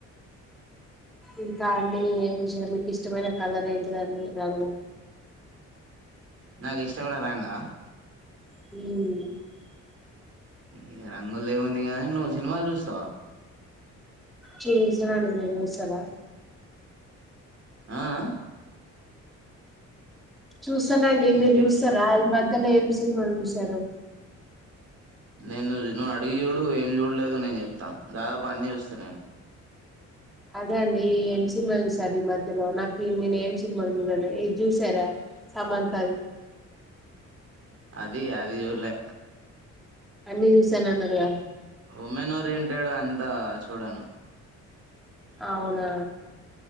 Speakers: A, in the centre; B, on the right.
A: ఇంకా అండి ఏమి విష మీకు ఇష్టమైన కలర్ ఏంటిదండి రంగు
B: నాకు ఇష్టమయిన రంగ
A: ఉం
B: ఇగ రంగుల్ది ఏముంది గాని నువ్వు సినిమాలు చూస్తావా
A: చేసిన అని మీరు చూస్తారా
B: ఆ ఆ
A: చూసానండి
B: ఎన్బి
A: మీరు చూస్తారా ఈ మధ్యనే ఏం సినిమాలు చూసారు
B: నేను నువ్వు అడిగు చూడు ఏం చూడలేదో నేను చెప్తా దాదాపు అన్నీ చూస్తా నేను
A: అదే అండి ఏం సినిమా చూసారు ఈ మధ్యలో నాకు నేను ఏం సినిమా చూడలే ఇది చూసారా సమంతది
B: అది అది చూడలే
A: అన్ని చూసాను అన్నారు గా
B: ఉమెన్ ఓరియంటెడ్ అంతా చూడను
A: అవునా